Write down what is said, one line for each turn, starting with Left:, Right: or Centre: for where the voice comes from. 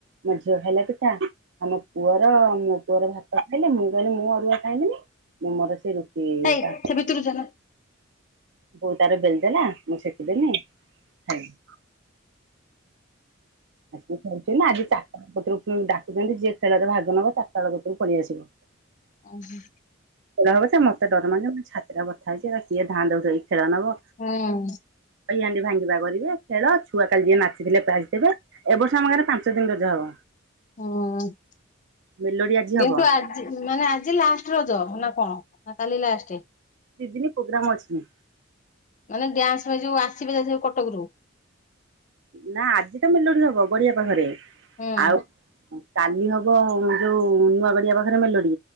Right: ମୋ ଝିଅ ଖାଇଲା ପିଠା। ଆମ ପୁଅର ମୋ ପୁଅର ଭାତ ଖାଇଲେ ମୁଁ କହିଲି ମୁଁ ଅରୁଆ ଖାଇଲିଣିି ମୁଁ ମୋର ସେଇ ରୁ ସେଟା
Left: ହେଇ ସେ
Right: <unintelligible>
Left: ଭିତରକୁ ଯାନା
Right: ବୋଉ ତାର ବେଲିଦେଲା ମୁଁ ସେଖିଦେଲି ଖାଇଲୁ। ଆସିକ ଖେଳୁଛନ୍ତି ଆଜି ଚାରିଟା ବେ ପତରୁ ଡାକୁଛନ୍ତି ଯି ଖେଳରେ ଭାଗ ନବ ଚାରଟା ବେଳ ପରୁକୁ ଖଳଳି ଆସିବ।
Left: ଓହୋ
Right: ଖେଳ ହବ ସେ ମତେ ଡର ମାନିବ ମୋ ଛାତତିା ବଥା ହେଇଛି କିଏ ଧଁ ଦଉଇ ଖେଳ ନବ।
Left: ହୁଁ
Right: ହାଣ୍ଡି ଭାଙ୍ଗିବା କରିବେ ଖେଳ ଛୁଆ କାଲି ଯିଏ ନାଚିଥିଲେ <unintelligible> ଏବ ବର୍ଷ ଆମ ଘରେ ପାଞ୍ଚ ଦିନ ରଜ ହବ।
Left: ହୁଁ।
Right: ମେଲୋଡି ଆଜି
Left: କିନ୍ତୁ
Right: ହବ।
Left: ଆଜି ମାନେ ଆଜି ଲାଷ୍ଟ ରଜ ନା କଣ ନା କାଲି ଲାଷ୍ଟ?
Right: ଦିଇ ଦିନି ପ୍ରୋଗ୍ରାମ୍ ଅଛି।
Left: ମାନେ ଡ୍ୟାନ୍ସ ପାଇଁ ଯୋଉ ଆସିବେ କଟକରୁ।
Right: ନା ଆଜି ତ ମେଲୋଡି ହବ ଗଡିଆ ପାଖରେ
Left: ହୁଁ।
Right: ଆଉ କାଲି ହବ ଯୋଉ ନୂଆ ଗଡିଆ ପାଖରେ ମେଲୋଡି